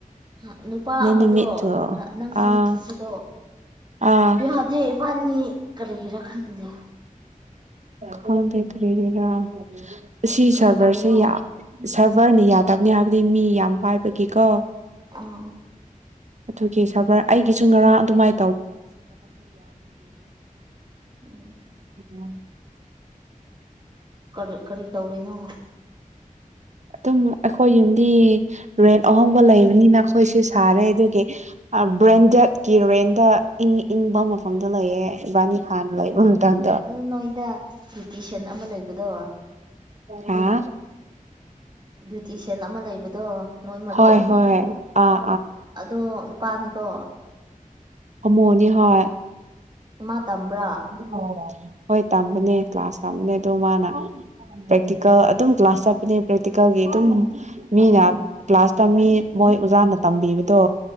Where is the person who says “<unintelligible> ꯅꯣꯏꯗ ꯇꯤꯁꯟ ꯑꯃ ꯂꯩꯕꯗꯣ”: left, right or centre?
Right